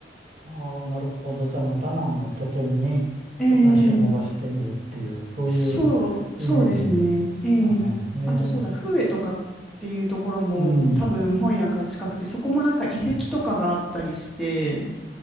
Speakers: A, on the right (about 45°); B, in the centre.
A: ああ、なるほど。じゃあ、まあ、ダナンを拠点に、
B: ええ
A: ちょっと足を伸ばしてみるっていう、そういう
B: そう、そうですね。
A: イメージですかね。
B: ええあと、
A: ええ、
B: そうだ、フエとかっていうところも、
A: うん、
B: 多分、本屋が近くて、そこもなんか遺跡とかがあったりして、